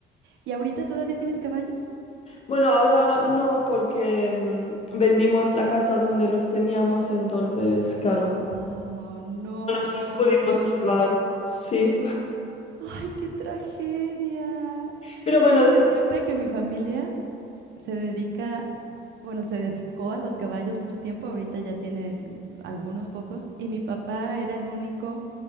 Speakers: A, on the right (about 65°); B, on the left (about 35°).
A: ¿Y ahorita todavía tienes caballos?
B: Bueno, ahora no porque mm, vendimos la casa donde los teníamos, entonces, claro,
A: Oh, no.
B: no nos los pudimos llevar. Sí,
A: Ay, qué tragedia.
B: pero bueno,
A: Quiero decirte que mi familia se dedica, bueno, se dedicó a los caballos mucho tiempo, ahorita ya tienen algunos pocos, y mi papá era el único